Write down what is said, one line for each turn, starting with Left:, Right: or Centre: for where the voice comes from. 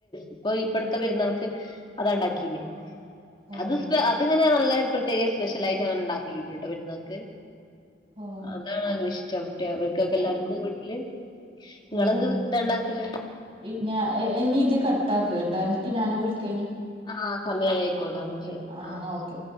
Left: ഇപ്പൊ ഇപ്പടുത്തെ പെരുന്നാൾക്ക് അതാണ്ടാക്കീന്ന്
Right: ഓഹ്
Left: അത്പ്പ അതിങ്ങനെ നല്ലാര് <unintelligible> ചെലേ സ്പെഷ്യലായിട്ട് അങ്ങനെണ്ടാക്കല്ട്ടോ പെരുന്നാക്ക്
Right: ഓഹ്
Left: അതാണല്ലോ ഇഷ്ടം കുട്ടിയ ഇവൽക്കൊക്കെ എല്ലാർക്കും
Right: അങ്ങനെ
Left: വീട്ടില്. നിങ്ങളെന്ത്താണ്ടാക്കല്
Right: ആഹ് പിന്നെ ഇനി ഇത് കട്ടാക്ക്കെട്ടാ ന്നിട്ട് ഞാന് വിളിക്ക ഇനി
Left: ആഹ് സമയായി ആയിക്കോട്ടാ. എന്നാ
Right: ഓക്കെ
Left: ശരി ആഹ്
Right: ഓക്കെ